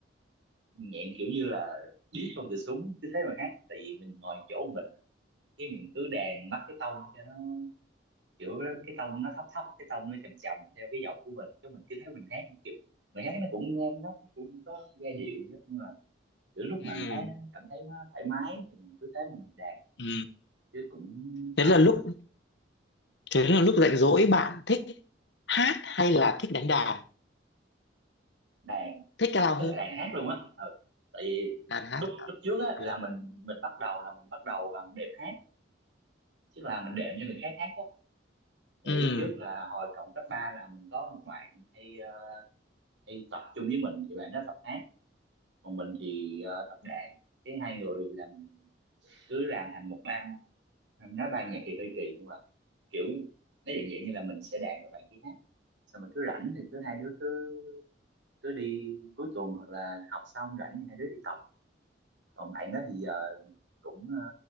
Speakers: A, on the right; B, on the left.
A: nhẹn kiểu như là điếc không cửa súng cứ thế mà hát tại vì mình ngồi chỗ mình cái mình cứ đàn bắt cái tông cho nó kiểu cái tông nó thấp thấp cái tông nó trầm trầm theo cái giọng của mình chứ mình cứ thấy mình hát kiểu người hát nó cũng ngang nó nó cũng có giai điệu chứ nhưng mà kiểu lúc
B: ừ.
A: mà thấy nó- cảm thấy nó thoải mái thì mình cứ thế mà mình đàn
B: Ừ.
A: chứ cũng
B: thế
A: à,
B: là lúc thế là lúc rảnh rỗi bạn thích hát hay là thích đánh đàn
A: đàn
B: thích cái lao
A: cái
B: hơn
A: là đàn hát luôn á ừ. tại vì
B: đàn hát
A: lúc lúc trước á
B: À,
A: là mình mình bắt đầu là mình bắt đầu bằng đệm hát chứ là mình đệm cho người khác hát á thì
B: ừ
A: lúc trước là hồi cộng cấp 3 là mình có một bạn hay ờ, hay tập chung với mình thì bạn đó tập hát còn mình thì ờ, tập đàn cái hai người làm cứ làm thành một ban nói ban nhạc thì hơi kỳ nhưng mà kiểu nó dạng dạng như là mình sẽ đàn rồi bạn kia hát xong rồi cứ rảnh thì cứ hai đứa cứ cứ đi cuối tuần hoặc là học xong rảnh thì hai đứa đi tập còn bạn đó thì giờ cũng ờ,